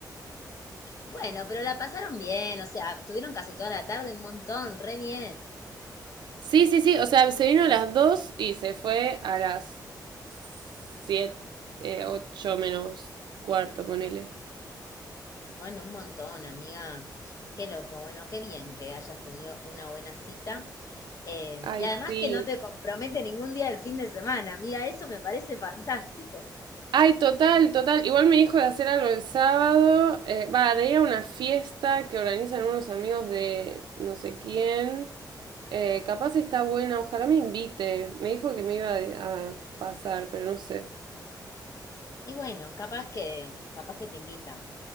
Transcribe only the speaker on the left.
Bueno, pero la pasaron bien, o sea, tuvieron casi toda la tarde un montón, re bien.
Bueno, un montón, amiga. Qué loco, bueno, qué bien que hayas tenido una buena cita. Eh,
y además
que no te compromete ningún día del fin de semana, amiga, eso me parece fantástico.
Y bueno, capaz que, capaz que te invita.